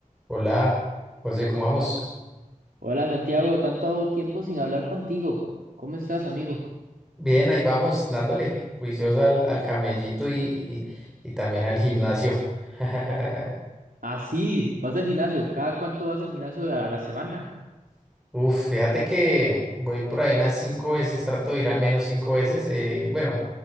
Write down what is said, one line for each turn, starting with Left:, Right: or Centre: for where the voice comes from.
Centre: Hola, José, ¿cómo vamos?
Right: Hola Santiago, tanto tiempo sin hablar contigo. ¿Cómo estás, amigo?
Centre: Bien, ahí vamos, dándole juicioso al, al camellito y, y, también al gimnasio. <laughs>
Right: Ah, sí, vas al gimnasio. ¿Cada cuánto vas al gimnasio a a la semana?
Centre: Uf, fíjate que voy por ahí unas cinco veces, trato de ir al menos cinco veces, eh, bueno,